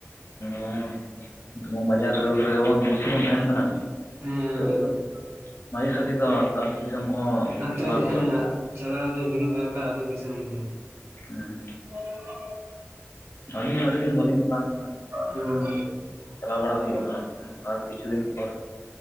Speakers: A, on the left; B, on the right.
A: ᱚ ᱱᱤᱛ ᱢᱟ ᱵᱟᱡᱟᱨ ᱨᱮ ᱨᱮᱜᱮᱵᱚᱱ ᱵᱤᱥᱤ ᱵᱚᱱ ᱛᱟᱸᱦᱮᱱ ᱠᱟᱱᱟ᱾
B: ᱦᱮᱸ
A: ᱱᱤᱛᱚᱜ ᱫᱚ ᱢᱟᱡᱷᱮ ᱥᱟᱸᱡᱷᱮ ᱫᱚ ᱟᱹᱛᱩ ᱫᱤᱥᱚᱢ ᱠᱚᱦᱚᱸ
B: ᱟᱹᱛᱩ
A: ᱪᱟᱞᱟᱣ ᱦᱩᱭᱩᱜᱼᱟ᱾
B: ᱦᱮᱸ ᱪᱟᱞᱟᱣ ᱜᱮ ᱦᱩᱭ ᱫᱚᱨᱠᱟᱨ ᱟᱹᱛᱩ ᱫᱤᱥᱚᱢ ᱫᱚ᱾
A: ᱦᱩᱸ ᱾
B: <inaudible>
A: ᱟᱹᱞᱤᱧ ᱦᱚᱸ ᱟᱹᱰᱤ ᱫᱤᱱ ᱵᱟᱹᱞᱤᱧ ᱪᱟᱞᱟᱣ ᱠᱟᱱᱟ
B: ᱦᱩᱸ
A: ᱪᱟᱞᱟᱣ ᱵᱟᱲᱟ ᱦᱩᱭᱩᱜᱼᱟ ᱦᱟᱸᱜ ᱟᱨ ᱠᱤᱪᱷᱩ ᱫᱤᱱ ᱯᱚᱨ ᱾